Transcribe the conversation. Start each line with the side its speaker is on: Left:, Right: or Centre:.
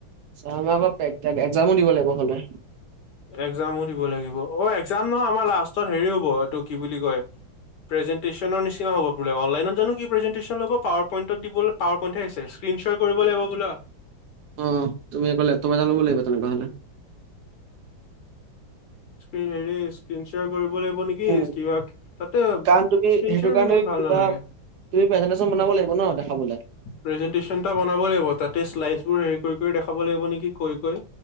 Right: চ, আমাৰ আকৌ একজামো দি'ব লাগিব হ'লে।
Left: একজামো দিব লাগিব অ, একজাম নহয়, আমাৰ লাষ্টত হেৰি হ'ব এইটো কি বুলি কয়। প্ৰেজেটেশ নিচিনা হ'বোলাইন জানো কি প্ৰেন্টন'ব পাৱাৰ পইন্ দ, পাৱাৰই তিন, চাৰ কৰিব লাগিব বোলা।
Right: আহ, তুমি কলে ত বজা ল'ব লাগিব, তেনেকুৱা হ'লে।
Left: হেৰি স্নাৰ কৰিব লাগিব নেকি
Right: উম,
Left: কিবা তাতে
Right: কাৰণ তুমি
Left: স্কনাৰমান
Right: সেইটো কাৰণে
Left: ভাল ভাল
Right: কিবা
Left: নালাগে।
Right: তুমি প্ৰেজেন্টেচন বনাব লাগিব ন দেখাবলে।
Left: প্ৰেজেনটচনটা বনাব লাগিব, তাতে্লাই টোৰ হেৰি কৰি, কৰি দেখাব লাগিব নেকি কৈ, কৈ